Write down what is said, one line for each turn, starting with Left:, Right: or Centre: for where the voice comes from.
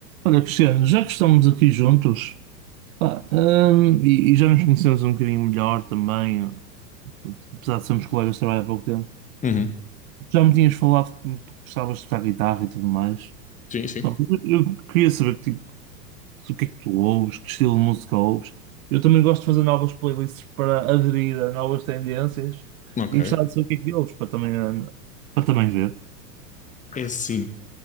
Right: Olha, Cristiano, já que estamos aqui juntos, pá, hum, e, e já nos conhecemos um bocadinho melhor também, apesar de sermos colegas de trabalho há pouco tempo,
Left: Uhum.
Right: já me tinhas falado que que gostavas de tocar guitarra e tudo mais.
Left: Sim, sim.
Right: Pá, mas eu eu queria saber que tipo, o que é que tu ouves, que estilo de música ouves. Eu também gosto de fazer novas playlists para aderir a novas tendências
Left: Ok.
Right: e gostava de saber o que é que ouves para também, eh, para também ver.
Left: É assim,